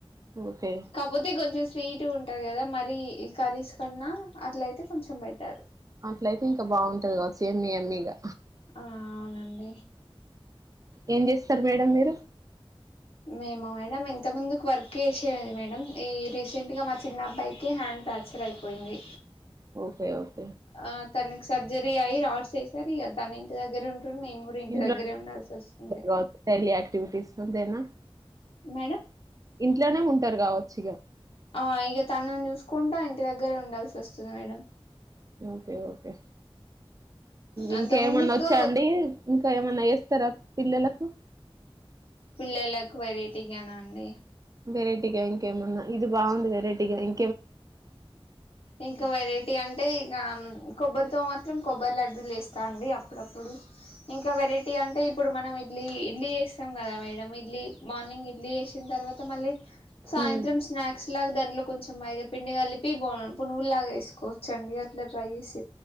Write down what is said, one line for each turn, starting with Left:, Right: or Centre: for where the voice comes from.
Right: ఓకే
Left: కాబోతే కొంచెం స్వీట్ టు ఉంటాది కదా మరి ఈ కర్రీస్ కన్నా అట్లయితే కొంచెం బెటర్
Right: అట్లయితే ఇంకా బాగుంటది కావచ్చు ఏం ఏమ్మిగా
Left: ఆ అవునండి
Right: ఏం చేస్తారు మేడం మీరు
Left: మేము మేడం ఇంత ముందుకు వర్క్ చేసేది మేడం ఈ రీసెంట్ గా మా చిన్న అబ్బాయికి హ్యాండ్ ఫ్యాక్టర్ అయిపోయింది
Right: ఓకే ఓకే
Left: ఆ తనకి సర్జరీ అయి్ రాట్స్ ఏసారు ఇగ తను ఇంటి దగ్గర ఉన్ టండు మేము కూడా ఇంటి
Right: ఇంట్లో
Left: దగ్గరే ఉండాల్సి వస్తుంది
Right: కావచ్చు డైలీ యాక్టివిటీస్ అంతేనా
Left: మేడం
Right: ఇంట్లోనే ఉంటారు కావచ్చుగా
Left: ఆ ఇక తన ను చూసుకుంటా ఇంటి దగ్గరే ఉండాల్సి వస్తుంది మేడం
Right: ఓకే ఓకే ఇంకేమన్నా
Left: అంత ముందుకు
Right: వచ్చా అండి ఇంకా ఏమ్ మన్నా ఏ స్తారా పిల్లలకు
Left: పిల్లలకు వెరైటీగానా అండి
Right: వెరైటీగా ఇంకేమన్నా ఇది బాగుంది వెరైటీగా ఇం
Left: ఇంకా వెరైటీ అంటే యా కొబ్బరితో మాత్రం కొబ్బరి లడ్డూలు చేస్తా అండి అప్పుడప్పుడు ఇంకా వెరైటీ అంటే ఇప్పుడు మనం ఇడ్లీ ఇడ్లీ వేస్తాం కదా మేడం ఇడ్లీ మార్నింగ్ ఇడ్లీ వేసిన తర్వాత మళ్ళీ సాయంత్రం
Right: ఉమ్
Left: స్నాక్స్ ఇట్లాగ దాంట్లో కొంచెం మైదా పిండి కలిపి బో పురుగులు లాగా వేసుకోవచ్చండి అట్లా ట్రై చేసి